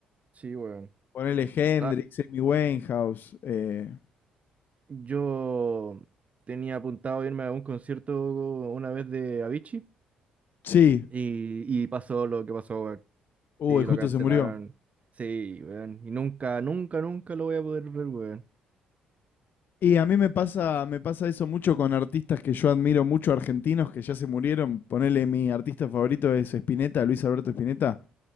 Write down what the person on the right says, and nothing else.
Sí, weón.
Ah,
yo tenía apuntado irme a un concierto una vez de Avicii
y, y pasó lo que pasó, weón.
Y
lo cancelaron.
Sí, weón. Y nunca, nunca, nunca lo voy a poder ver, weón.